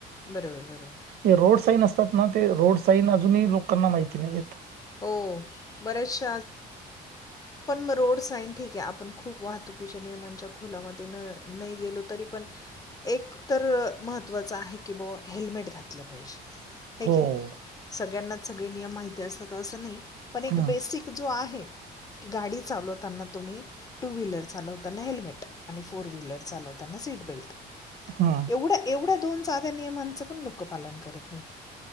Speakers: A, on the left; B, on the right.
A: बरोबर बरोबर
B: हे रोड साईन असतात ना ते रोड साईन अजून लोकांना माहिती नाही येत
A: हो बरेच णोड ठीक खप वातु निच्या ख नाही गेलो तरी पण एक तर महत्त्वाचं आहे की ब हेल्मेट घातलं पाहिजे हे
B: हो
A: की नाही
B: हो.
A: सगळ्यांना सगळे नियम माहिती असतात तर असं नाही पण एक
B: हम्म
A: बेसिक जो आहे की गाडी चालवताना तुम्ही टू व्हीलर चालवताना हेल्मेट आणि फोर व्हीलर चालवताना सीट बेल्ट
B: हम्म
A: एवढ्या एवढ्या दोन साध्या नियमांचं पण लोक पालन करत नाहीत